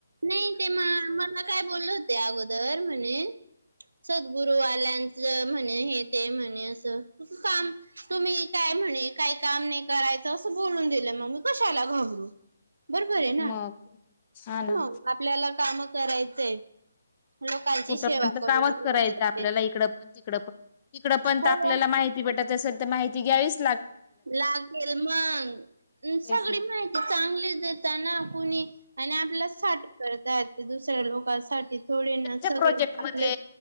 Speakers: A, on the right (about 70°); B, on the left (about 35°).
A: नाही ते म मला काय बोललं होते, अगोदर म्हणे. सद्गुरुवाल्यांच म्हणे हे ते म्हणे अस काम तुम्ही काय. म्हणे काही काम नाही करायचं असं बोलून दिलं मग्मी कशाला घाबरू. बरोबर आहे ना
B: मग हा. ना
A: मग आपल्याला काम करायचंय. लोकांची
B: कुठं
A: सेवा
B: पण तर
A: करून
B: कामच
A: घ्यायचंय
B: करायचं आपल्याला, इकडं पण तिकड पण तिकडं पण
A: हो
B: आपल्याला माहिती भेटाय असल. ते माहिती घ्यावीस
A: लागतेल मग
B: तेच
A: सगळी
B: ना
A: माहिती चांगली देताना कोुणी. आणि आपल्या साठी करता य ते दुसऱ्या लोकांसाठी. थोडे
B: त्यांच्या
A: ना सगळे
B: प्रोजेक्ट मध्ये
A: आपले